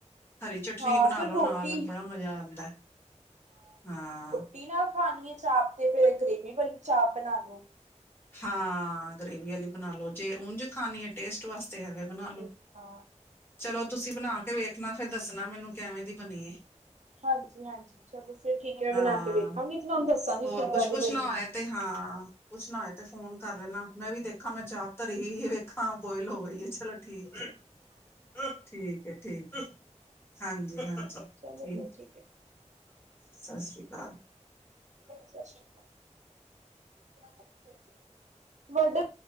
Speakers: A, on the left; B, on the right.
A: ਹਰੀ ਚਟਨੀ
B: ਹਾਂ
A: ਬਣਾ
B: ਫਿਰ
A: ਲੋ
B: ਰੋਟੀ
A: ਨਾਲ ਬੜਾ ਮਜ਼ਾ ਆਉਂਦਾ ਹਾਂ
B: ਦੀਨਾ ਖਾਣੀ ਹੈ ਚਾਪ ਤੇ ਫਿਰ ਗਰੇਵੀ ਵਾਲੀ ਚਾਪ ਬਣਾਨੂੰ
A: ਹਾਂ ਗਰੇੇਵੀ ਵਾਲੀ ਬਣਾ ਲੋ ਜੇ ਉਂਝ ਖਾਣੀ ਹੈ ਟੇਸਟ ਵਾਸਤੇ ਐਵੇਂ ਬਣਾ ਲੋ
B: ਤੇ ਹਾਂ
A: ਚਲੋ ਤੁਸੀਂ ਬਣਾ ਕੇ ਵੇਖਣਾ ਫਿਰ ਦੱਸਣਾ ਮੈਨੂੰ ਕਿਵੇਂ ਦੀ ਬਣੀਏ
B: ਹਾਂਜੀ ਹਾਂਜੀ ਚਲੋ ਫਿਰ ਠੀਕ ਹੈ ਮੈਂ
A: ਹਾਂ
B: ਬਣਾ ਕੇ ਵੇਖਾਂਗੀ ਤੁਹਾਨੂੰ ਦੱਸਾਂਗੀ
A: ਹੋਰ
B: ਕਿੱਦਾਂ
A: ਕੁਛ ਪੁੱਛਣਾ
B: ਦੀ ਬਣੀ ਏ
A: ਤੇ ਹਾਂ ਪੁੱਛਣਾ ਹੋਏ ਤੇ ਫੋਨ ਕਰ ਲੈਣਾ ਮੈਂ ਵੀ ਦੇਖਾ ਮੈਂ ਚਾਹਪ ਧਰੀ ਵੇਖਾਂ ਬੋਇਲ ਹੋ ਗਈ ਚ ਠੀਕ ਹੈ ਠੀਕ ਹੈ ਠੀਕ ਹਾਂਜੀ ਹਾਂਜੀ
B: ਚਲੋ
A: ਠੀਕ
B: ਫਿਰ ਹੈ
A: ਸਤਿ ਸ੍ਰੀ ਅਕਾਲ
B: <inaudible>